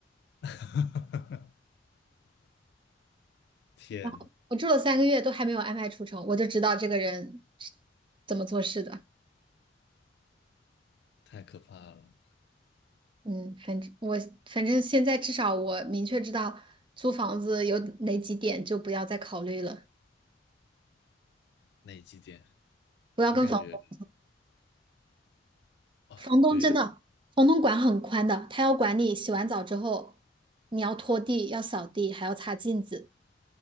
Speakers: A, on the left; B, on the right.
A: <laughs> 天，
B: <laughs> 我住了三个月都还没有安排除虫，我就知道这个人是怎么做事的。
A: 太可怕了！
B: 嗯，反正我反正现在至少我明确知道租房子有哪几点，就不要再考虑了，
A: 那几期间
B: 不要跟房东。
A: 我感觉啊，
B: 房东真的，
A: 对了
B: 房东管很宽的，他要管你洗完澡之后，你要拖地，要扫地，还要擦镜子，